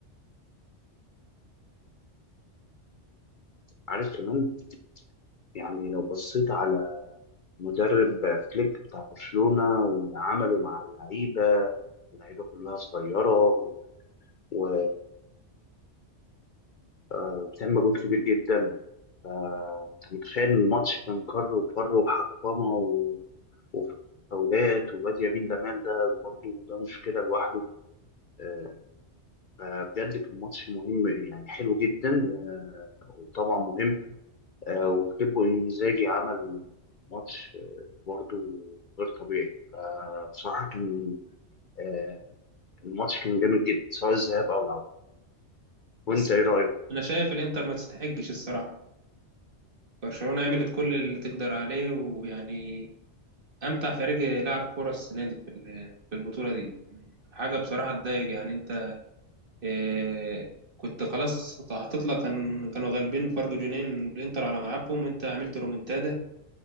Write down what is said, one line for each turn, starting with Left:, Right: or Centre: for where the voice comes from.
Left: عارف كمان يعني لو بصيت على مدرب فليك بتاع برشلونه واللي عمله مع اللعيبه اللعيبه كلها صغيره و... و... آه، وبتعمل مجهود كبير جدا آه، انت متخيل الماتش كان كر وفر وحطمه و- وفاولات والواد يمين جمال ده برضه ده مشكله لوحده آه، فبجد كان ماتش مهم يعني حلو جدا و- وطبعا مهم آه، وكيبو انزاجي عمل ماتش آه، برضه غير طبيعي فبصراحه كان آه، الماتش كان جامد جدا سواء الذهاب او العوده
Right: بس
Left: وانت ايه رايك؟
Right: انا شايف الانتر ما تستحقش الصراحه برشلونة عملت كل اللي تقدر عليه ويعني امتع فريق لعب كوره السنه دي في ال- في البطوله دي يعني حاجه بصراحه تضايق يعني انت إيه كنت خلاص هتطلع كان كانوا غالبين فرق جونين الانتر على ملعبهم وانت عملت رومنتادا